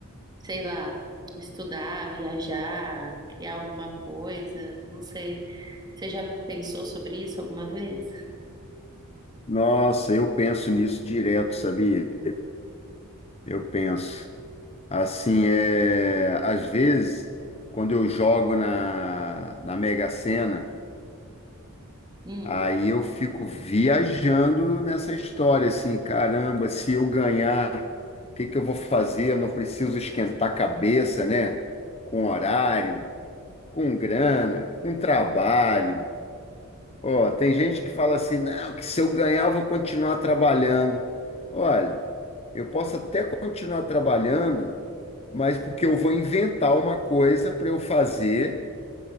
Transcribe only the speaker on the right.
sei lá, estudar, viajar, criar alguma coisa, não sei. Você já pensou sobre isso alguma vez?
Hum.